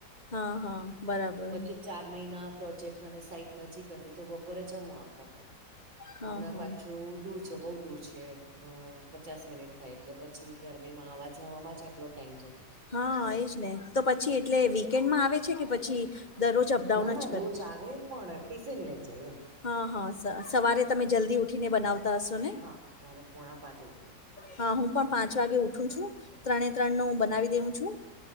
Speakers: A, on the left; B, on the right.
A: હા હા બરાબર
B: પછી ચાર મહિના પ્રોજેક્ટ અને સાઈટ નજીક હતી તો બ બપોરે જમવા આવતા હતા
A: હા
B: હમણાં
A: હા
B: પાછું દૂર બઉુ દૂર છે અ પચાસ મિનિટ થાય એટલે પછી ગરમીમાં આવા જવાવામાં જ આટલો ટાઈમ જાય
A: હા એજ ને તો પછી એટલે વીકેન્ડમાં આવે છે કે પછી દરરોજ અપડાઉન
B: ના ના
A: જ કરે
B: રોજ
A: છે?
B: આવે પણ ટિફિન લઈ જઈ એમ
A: હા હા સવારે તમે જલ્દી ઉઠીને બનાવતા હશો ને
B: હા મારે પોણા પાચ એ ઉઠવું પણ
A: હા હું પણ પાંચ વાગે ઊઠું છું ત્રણે ત્રણ નુંહ બનાવી દેઉ છું.